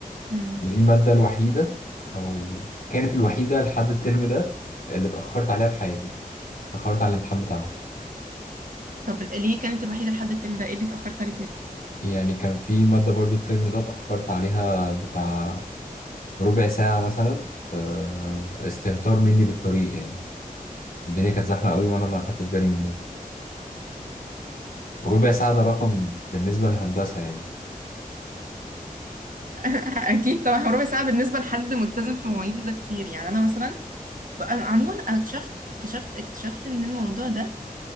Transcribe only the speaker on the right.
امم
طب ليه كانت الوحيدة لحد الترم ده ايه اللي اتأخرت عليه تاني
<laughs> اكيد طبعا هو ربع ساعة بالنسبة لحد ملتزم في مواعيده ده كتير يعني انا مثلا انا عموما انا اكتشفت اكتشفت اكتشفت ان الموضوع ده